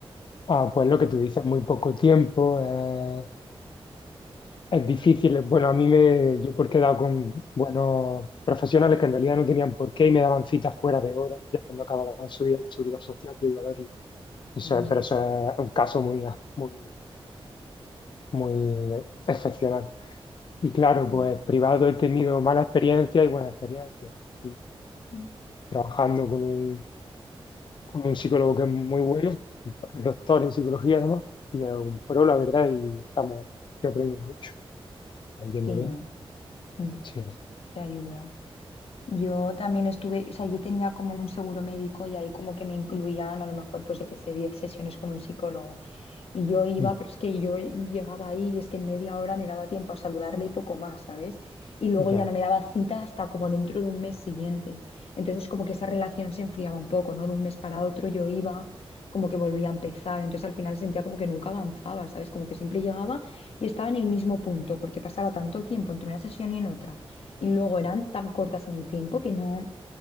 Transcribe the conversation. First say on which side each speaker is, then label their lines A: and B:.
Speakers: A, on the left; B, on the left.
A: Ah, pues lo que tú dices, muy poco tiempo, eh, es difícil. Bueno, a mí me, yo porque he dado con buenos profesionales que en realidad no tenían por qué y me daban citas fuera de hora, ya cuando acababan su día en la seguridad social yo iba a verlo. Eso
B: Anda.
A: es- pero eso es un caso muy, muy, muy excepcional. Y claro,
B: Sí.
A: pues privado he tenido mala experiencia y buena experiencia. Es decir,
B: Mm.
A: Trabajando con un con un psicólogo que es muy bueno, doctor en psicología además, y es un pro, la verdad, y estamos, yo aprendo mucho, estamos yendo
B: Sí,
A: bien,
B: no, Mm,
A: sí,
B: te ayuda. Yo también estuve, o sea, yo tenía como un seguro médico y ahí como que me incluían a lo mejor pues yo que sé, 10 sesiones con un psicólogo. Y yo iba,
A: Mm,
B: pero es que yo llegaba ahí y es que en media hora me daba tiempo a saludarle y poco más, ¿sabes? Y luego
A: ya,
B: ya no me daba cita hasta como dentro de un mes siguiente. Entonces como que esa relación se enfriaba un poco, ¿no? De un mes para otro yo iba, como que volvía a empezar. Entonces al final sentía como que nunca avanzaba, ¿sabes? Como que siempre llegaba y estaba en el mismo punto, porque pasaba tanto tiempo entre una sesión y en otra. Y luego eran tan cortas en el tiempo que no,